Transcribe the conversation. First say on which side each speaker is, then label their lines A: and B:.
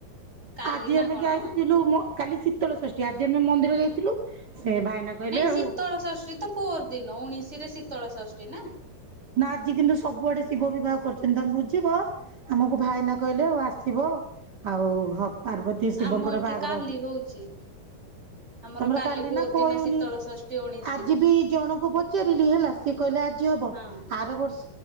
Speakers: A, on the right; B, on the right.
A: କାଲି
B: ଆଜି
A: ନା
B: ଆମେ
A: କଣ
B: ଯାଇଥିଲୁ ମ କାଲି ସି ଶୀତଳ ଷଷ୍ଠୀ ଆଜି ଆମେ ମନ୍ଦିର ଯାଇଥିଲୁ। ସେ ଭାଇନା କହିଲେ
A: ନାଇଁ
B: ଆଉ
A: ଶୀତଳ ଷଷ୍ଟି ତ ପର ଦିନ ଉଣଶିରେ ଶି ତଳ ଷଷ୍ଠୀ ନା
B: ନା ଆଜି କିନ୍ତୁ ସବୁଆଡେ ଶିବ ବିବାହ କରୁଛନ୍ତି ତମେ ବୁଝିବ ଆମକୁ ଭାଇନା କହିଲେ ଆଉ ଆସିବ ଆଉ ହବ୍ ପାର୍ବତୀ ଶିବଙ୍କର
A: ଆମ ଏଠି
B: ବାହାଘର
A: କାଲି
B: ହବ।
A: ହଉଛି। ଆମର
B: ତମର କାଲି
A: ପୋର
B: ନା କହିଉନି
A: ଦିନ ଶୀତଳ ଷଷ୍ଠୀ ଉଣେଇଶିରେ
B: ଆଜି ବି ଜଣଙ୍କୁ ପଚାରିଲି ହେଲା ସିଏ କହିଲେ ଆଜି ହବ
A: ହଁ।
B: ଆର ବର୍ଷ